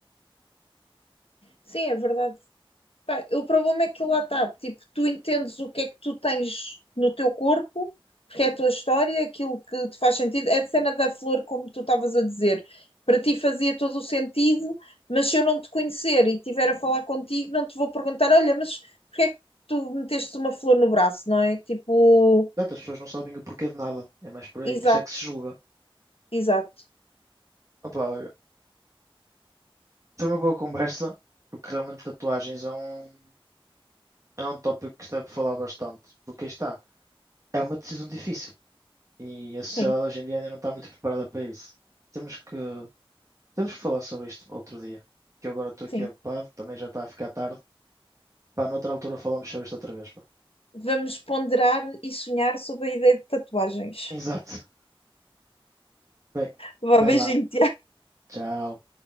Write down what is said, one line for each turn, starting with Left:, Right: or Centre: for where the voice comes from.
Left: Sim, é verdade. Pá, O problema é que lá está, tipo, tu entendes o que é que tu tens no teu corpo, porque é a tua história, aquilo que te faz sentido. É a cena da flor, como tu estavas a dizer, para ti fazia todo o sentido, mas se eu não te conhecer e estiver a falar contigo, não te vou perguntar, olha, mas porque é que tu meteste uma flor no braço, não é? Tipo,
Right: Exato, as pessoas não sabem o porquê de nada. É mais por aí.
Left: exato,
Right: Por isso é que se julga.
Left: exato.
Right: Opa, olha, foi uma boa conversa, porque realmente tatuagens é um, é um tópico que está para falar bastante. Porque aí está, é uma decisão difícil. E a sociedade
Left: Sim,
Right: hoje em dia ainda não está muito preparada para isso. Temos que, temos que falar sobre isto outro dia. Que eu agora estou aqui
Left: sim.
Right: ocupado, também já está a ficar tarde. Pá, noutra altura falamos sobre isto outra vez, pá.
Left: Vamos ponderar e sonhar sobre a ideia de tatuagens.
Right: Exato. Bem,
Left: Vá,
Right: vai
Left: beijinho,
Right: lá. Tchau.